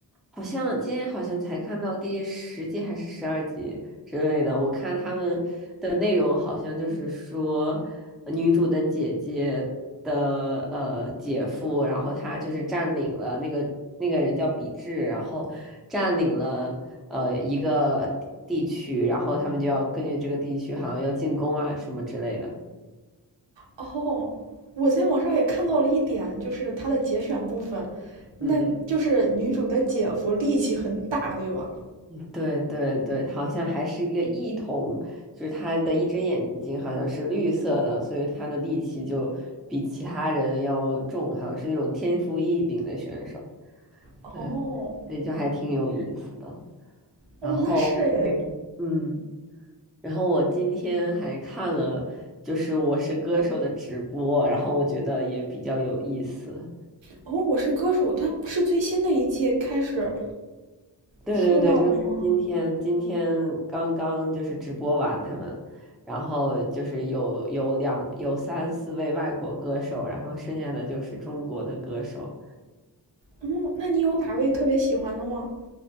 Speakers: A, in the centre; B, on the right.
A: 好像今天好像才看到第十集还是十二集之类的，我看他们的内容好像就是说，呃女主的姐姐的呃姐夫，然后他就是占领了那个那个人叫比智，然后占领了呃一个地地区，然后他们就要根据这个地区好像要进攻啊什么之类的，
B: 哦，我在网上也看到了一点，就是它的节选部分，那就是女主的姐夫力气很大，
A: 嗯。
B: 对吧？
A: 对对对，好像还是一个异瞳，就是他的一只眼睛好像是绿色的，所以他的力气就比其他人要重，好像是那种天赋异禀的选手。
B: 哦，
A: 对，所以就还挺有意思的。
B: 哦，
A: 然后
B: 那是诶，
A: <laughs> 对，嗯，然后我今天还看了就是《我是歌手》的直播，然后我觉得也比较有意思。
B: 哦，我是歌手，它是最新的一季开始
A: 对对对，
B: 出来了吗？
A: 就是今天，今天刚刚就是直播完他们，然后就是有有两有三四位外国歌手，然后剩下的就是中国的歌手。
B: 嗯，那你有哪位特别喜欢的吗？